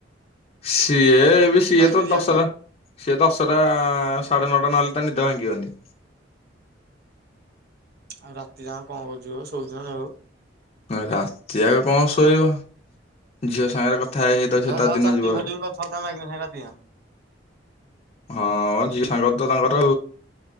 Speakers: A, on the left; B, on the right.
A: ସିଏ ଏବେ ସିଏ
B: ଲାଇବ୍ରେରୀ
A: ତ
B: ଯାଉଛି
A: ଦଶସା
B: ଝିଅ
A: ସେିଏ ଦଶଟା ସାଢେ ନଅଟା ନହେଲେ ତା ନିଦ ଭାଙ୍ଗିବନି।
B: ଆଉ ରାତି ଯା କଣ କରୁଛ ସବୁଦିନ ନେବ।
A: ରାତି ଯକ କଣ ଶୋଇବ। ଝିଅ ସାଙ୍ଗରେ କଥା ହେଇ ହେଇାଉଛ
B: ହେ
A: ତା
B: ଶଳା
A: ଦିନ
B: ଚାଟିଙ୍ଗ
A: ଯିବରେ
B: ଫାଟିଙ୍ଗ କଥାବାର୍ତ୍ତା ମାଗିନା ସାଙ୍ଗେ ରାତି ଯାକ
A: ହଁ ଯିକେ ସାଙ୍ଗ ତ ତାଙ୍କର